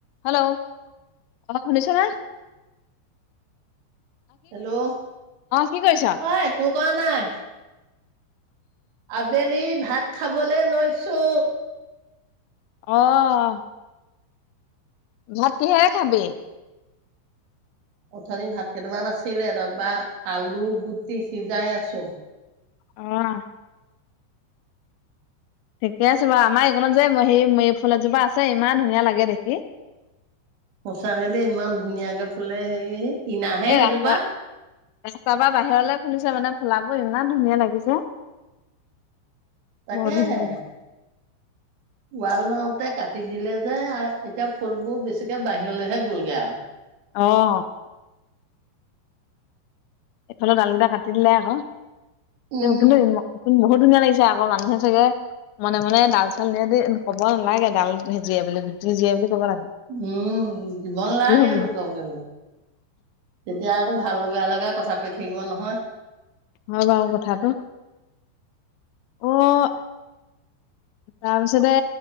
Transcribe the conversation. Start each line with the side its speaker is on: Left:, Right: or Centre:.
Left: Hello! অ' শুনিছানে?
Right: Hello!
Left: কি কৰিছ
Right: অ' একো কৰা নাই। আবেলি ভাত খাবলে লৈছো।
Left: অ'। ভাত কিহেৰে খাবি?
Right: উথনি ভাত কেইটামান আছিলে, তাৰপৰা আলু গুটি সিজাই আছোঁ।
Left: অ'। ঠিকে আছে বাৰু! আমাৰ এইকনত যে হে ফুল এজোপা আছে ইমান ধুনীয়া লাগে দেখি।
Right: সঁচাকে দেই ইমান ধুনীয়াকে ফুলে। হেৰি কিনাহে
Left: এই
Right: সেইজোপা
Left: ৰাস্তা ৰাস্তাপা বাহিৰলে ফুলিছে মানে ফুলা বোৰ ইমান ধুনীয়া লাগিছে।
Right: তাকেহে।
Left: বহুত ধুনীয়া লাগিছে
Right: ৱাল মাৰোতে কাটি দিলে যে এতিয়া ফুলবোৰ বেছিকে বাহিৰলৈহে গ'লগে আৰু।
Left: অ'। এফালে ডাল কেইটা কাটি দিলে আক।
Right: উম
Left: <unintelligible> কিন্তু বহুত ধুনীয়া লাগিছে আগৰ মানুহে চাগে মনে মনে ডাল চাল নিদি ক'ব নালাগে ডাল সে জীয়ে বুলি গুটি দি জীয়ে বুলি ক'ব লাগে।
Right: উম দিব নালাগে
Left: কি হব
Right: লোকক সেইবোৰ। তেতিয়া আকৌ ভাল লগা লগাই কথা কৈ থাকিব নহয়।
Left: হয় বাৰু কথাটো। অ' তাৰপিছতে